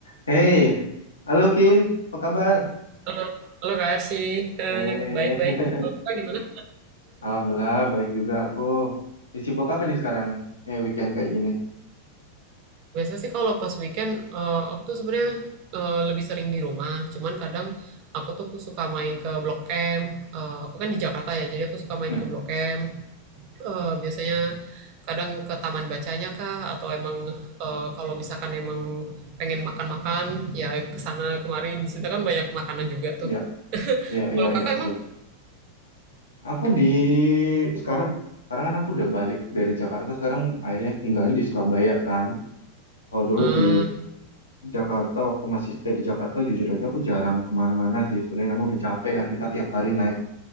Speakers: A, on the left (about 75°); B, on the right (about 40°).
A: Hey, halo Kin, apa kabar?
B: Halo, halo Kak Arsi. Eh,
A: Eh,
B: Baik-baik.
A: <laughs>
B: Kalau Kakak gimana?
A: alhamdulillah baik juga aku. Di Cibok apa nih sekarang? Eh, weekend kayak gini.
B: Biasa sih kalau pas weekend, eh, aku tuh sebenarnya eh, lebih sering di rumah. Cuman kadang aku tuh suka main ke Blok M. Eh, aku kan di Jakarta ya, jadi aku suka main
A: Hmm,
B: ke Blok M. Eh, biasanya kadang ke taman bacanya kah, atau emang eh, kalau misalkan emang pengen makan-makan, ya ke sana kemari. Di situ kan banyak makanan juga tuh.
A: ya,
B: <laughs>
A: ya, ya,
B: Kalau kakak
A: ya, bro.
B: emang,
A: Aku di sekarang, sekarang kan aku udah balik dari Jakarta. Sekarang akhirnya tinggalnya di Surabaya kan. Kalau dulu
B: eh,
A: di Jakarta, waktu masih stay di Jakarta, jujur aja aku jarang kemana-mana sih. Sebenarnya kan udah capek kan kita tiap hari naik